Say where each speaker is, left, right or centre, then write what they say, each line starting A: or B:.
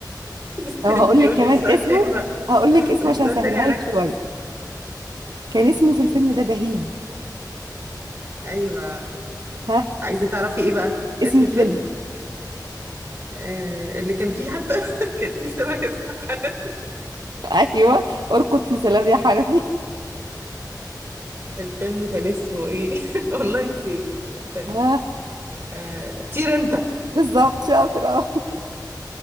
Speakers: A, on the right (about 25°); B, on the right (about 70°).
A: <laughs>
B: طب هقول
A: يقول
B: لك كمان
A: لي السؤال
B: اسمه
A: تاني بقى
B: هقول لك اسمه
A: قولي
B: عشان
A: السؤال
B: اسهلها
A: تاني اركز
B: لك شويه كان اسمه في الفيلم ده بهيج
A: ايوه
B: ها
A: عايزه تعرفي ايه بقى
B: اسم
A: اسم
B: الفيلم
A: فيلم آه اللي كان فيه حتى <laughs> كان فيه سمكه اسمها حنان
B: <laughs> ايوه ارقد في سلام يا حنفي
A: الفيلم كان اسمه ايه <laughs> والله نسيت استنى
B: ها
A: آه طير انت
B: بالظبط شاطره